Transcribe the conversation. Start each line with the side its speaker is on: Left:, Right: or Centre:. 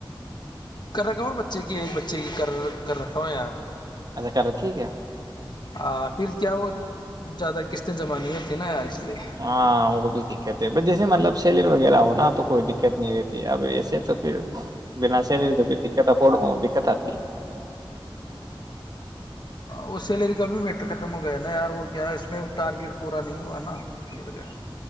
Left: کر رکھا ہ اور بچے کی ایک بچے کی کر کر رکھا ہووں یار
Right: سیکا رکھی کیا ہے
Left: آ پھر کیا وہ زیادہ قسطیں زمانے ہوتی نا یار لیے
Right: ہاں وہ بھی دقت ہے ب جیسے مطلب شلر وغیرہ ہوناا تو کوئی دقت نہیں رہتی اب ایسے تو پھر بنا سیریی تو دت پ دت آتی
Left: ہ سیلری کا بھی میٹر ختم ہو گیا نا یار وہ کیا ہے اس میں ٹارگیٹ پورا نہیں ہوا نا فکر بٹ گیا